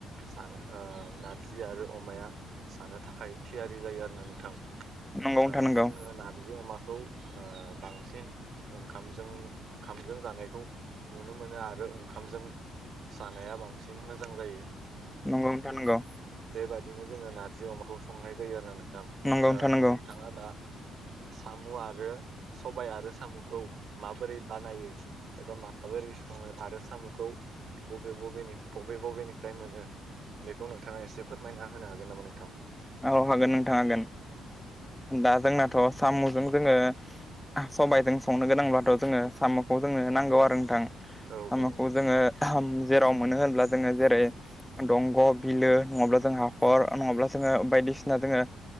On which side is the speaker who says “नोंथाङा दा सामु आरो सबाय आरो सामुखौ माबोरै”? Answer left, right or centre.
Right